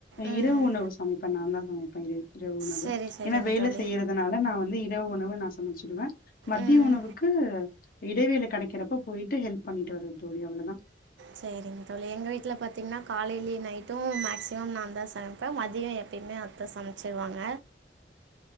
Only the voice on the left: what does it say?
இரவு உணவு சமைப்பே நாதான் சமைப்பே இரவு இரவு உணவு
ஏனா வேல
செய்யறதுனால நா வந்து இரவு உணவு நா சமச்சிடுவ மதிய
உணவுக்கு இடைவேள கடைகிறப்போ போயிட்டு ஹெல்ப் பண்ணிட்டு வரவே தோழி அவ்ளோதா